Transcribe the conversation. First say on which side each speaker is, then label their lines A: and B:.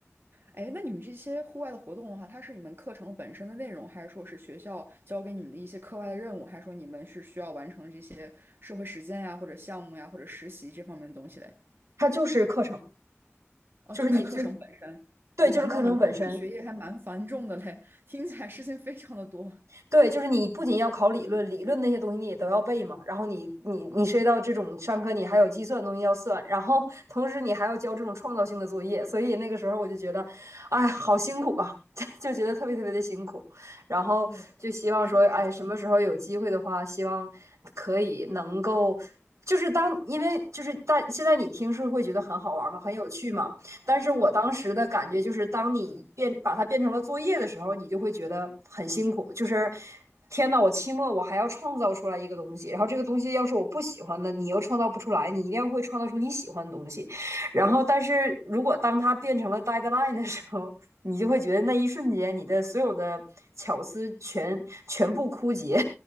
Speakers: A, on the right (about 50°); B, on the right (about 80°).
A: 哎，那你们这些户外的活动的话，它是你们课程本身的内容，还是说是学校教给你们的一些课外的任务，还是说你们是需要完成这些社会实践呀，或者项目呀，或者实习这方面的东西嘞？
B: 它就是课程，
A: 哦，
B: 就是你最
A: 就是课程本身。
B: 对，
A: 哇，
B: 就是课程本身。
A: 那你们这个学业还蛮繁重的嘞，听起来事情非常的多。
B: 对，就是你不仅要考理论，理论那些东西你也都要背嘛。然后你你你涉及到这种上课，你还有计算东西要算，然后同时你还要交这种创造性的作业，所以那个时候我就觉得，哎，好辛苦啊，<laughs> 就觉得特别特别的辛苦。然后就希望说，
A: 哇，是啊，
B: 哎，什么时候有机会的话，希望可以能够，就是当因为就是大现在你听是会觉得很好玩嘛，很有趣嘛。但是我当时的感觉就是，当你变把它变成了作业的时候，你就会觉得很辛苦，就是。天呐，我期末我还要创造出来一个东西，然后这个东西要是我不喜欢的，你又创造不出来，你一定要会创造出你喜欢的东西。然后，但是如果当它变成了 deadline 的时候，你就会觉得那一瞬间你的所有的巧思全全部枯竭，